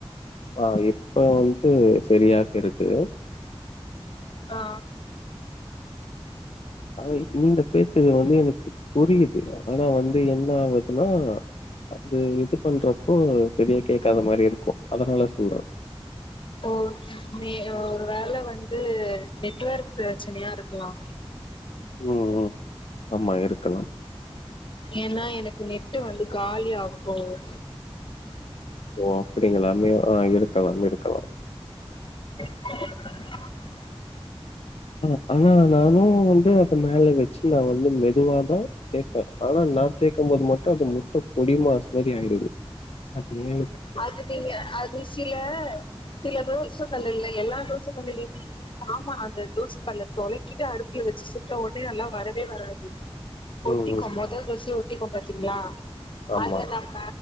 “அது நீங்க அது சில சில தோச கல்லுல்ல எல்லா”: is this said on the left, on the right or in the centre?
Left